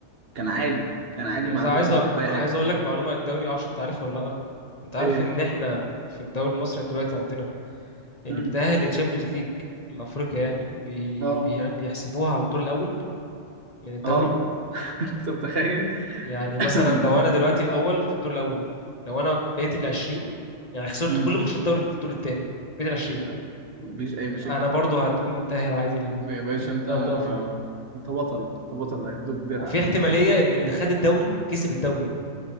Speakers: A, on the right (about 55°); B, on the left (about 35°).
A: كان عادي كان عادي
B: عايز
A: ما عندوش
B: عايز
A: مشاكل
B: أ-
A: في اي
B: عايز
A: حاجه
B: اقول لك معلومة عن الدوري معرفش انت عارفها ولا لا انت عارف
A: ايه
B: ان احنا في الدوري المصري دلوقتي عندنا اللي
A: امم
B: بيتأهل للتشامبيونز ليج الافريقيا يعني بي...
A: اه
B: بي... بيحسبوها على الدور الاول من الدوري
A: اه <laughs> انت متخيل
B: يعني مثلا
A: <laughs> امم
B: لو انا دلوقتي الاول في الدور الاول لو انا بقيت ال 20 يعني خسرت
A: امم
B: كل ماتشات دوري الدور الثاني بقيت ال 20
A: لا مفيش اي مشاكل
B: انا برضو هتكون متأهل عادي
A: يا باشا انت
B: لدوري افريقيا
A: انت بطل انت بطل هيدوك درع
B: وفي احتمالية ان اللي خد الدوري كسب الدوري